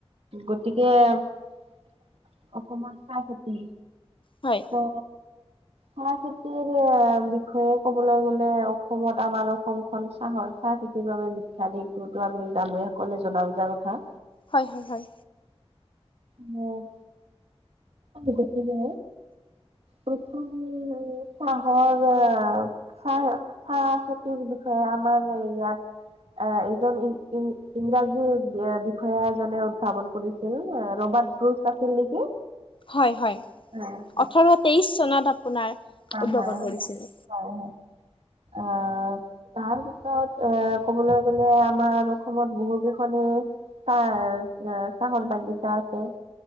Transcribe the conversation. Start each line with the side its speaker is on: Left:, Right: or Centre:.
Right: গতিকে অসমত চাহ খেতি
Left: হয়।
Right: অ। চাহ খেতিৰ আ বিষয়ে কবলৈ গ'লে অসমত আমাৰ অসমখন চাহৰ চাহ খে তিৰ বাবে বিখ্যাত এইটো ত আমি জানোয়ে সকলোৱে জনা বুজা কথা।
Left: হয় হয় হয়।
Right: মোক গতিকে প্ৰথম য়ে চাহৰে হয় চাহ খেতিৰ বিষয়ে আমাৰ ইয়াত আহ এইজন ইং ইং ইংৰাজী বিষয়া এজনে উদ্ভাৱন কৰিছিল আত। ৰবাৰ্ট ক্ৰুষ্ট আছিল নেকি?
Left: হয় হয়
Right: হয়
Left: ওঠৰ তেইশ চনত আপোনাৰ উদ্ভাৱন
Right: হয়
Left: কৰিছিলে
Right: হয় <inaudible> আ তাৰ পিছত এ ক'বলৈ গ'লে আমাৰ অসমত বহু কেইখনে চাহ চাহৰ বাগিচা আছে।